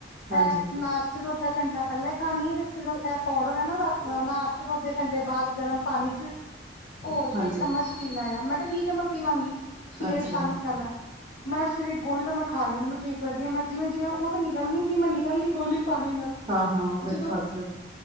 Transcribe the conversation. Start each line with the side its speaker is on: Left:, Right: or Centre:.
Right: ਹਾਂਜੀ
Left: ਇਹ ਨਾਸ਼ਤੇ ਤੋਂ ਅੱਧਾ ਘੰਟਾ ਪਹਿਲਾਂ ਹੀ ਖਾਣੀ ਐ, ਜਿਹੜਾ ਇਹ ਪਾਊਡਰ ਹੈ ਨਾ। ਨਾਸ਼ ਅੱਧੇ ਘੰਟੇ ਬਾਅਦ ਗਰਮ ਪਾਣੀ ਚ ਘੋਲ
Right: ਹਾਂਜੀ
Left: ਕੇ ਇੱਕ ਚਮਚ ਪੀਣਾ ਆ ਮੈਂ ਕਿਹਾ ਠੀਕ ਹੈ ਮੈਂ ਪੀ ਲਾਂਗੀ, ਸਵੇਰੇ
Right: ਅੱਛਾ
Left: ਸ਼ਾਮੀ
Right: ਜੀ
Left: ਕਰਨਾ ਮੈਂ ਸਵੇਰੇ ਗੋਲੀ ਤਾਂ ਮੈਂ ਖਾ ਲਈ ਮੈਨੂੰ ਠੀਕ ਲੱਗੀ, ਮੈਂ ਜਿਵੇ ਜਿਵੇਂ ਉਹ ਤਾਂ ਨਿਕਲਣੀ ਸੀ ਮੈਂ ਨਿਕਲ ਗੀ ਗੋਲੀ ਪਾਣੀ ਨਾਲ
Right: ਹਾਂ, ਹਾਂ, ਉਹ ਤਾਂ
Left: ਜਦੋਂ
Right: ਖਾਦ